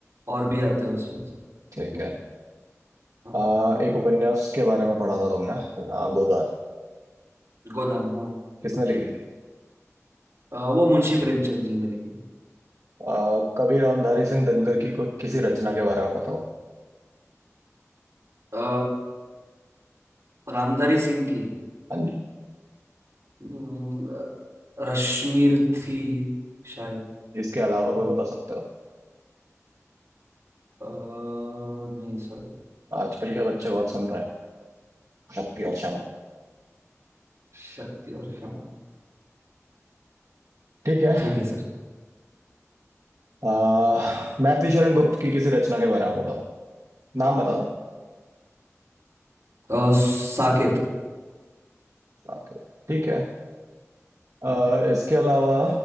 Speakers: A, on the right; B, on the right.
A: और भी आते हैं उसमें सर
B: ठीक है
A: हाँ
B: आ, एक उपन्यास के बारे में पढ़ा था तुमने आ, गोदान
A: गोदान हाँ
B: किसने लिखी थी
A: अ, वो मुंशी प्रेमचंद जी ने लिखी
B: आ, कवि रामधारी सिंह दिनकर की कोई किसी रचना के बारे में बताओ
A: अ, रामधारी सिंह की
B: हाँ जी
A: हम्म, रश्मि थी शायद
B: इसके अलावा कोई बता सकते हो
A: अ, नहीं सर
B: आजकल के बच्चे बहुत सुन रहे हैं शक्ति और क्षमा
A: शक्ति और क्षमा
B: ठीक है
A: ठीक है सर
B: आ, मैथिली शरण गुप्त की किसी रचना के बारे में बताओ नाम बता दो
A: अ, साकेत
B: Okay, ठीक है
A: हम्म।
B: आ, इसके अलावा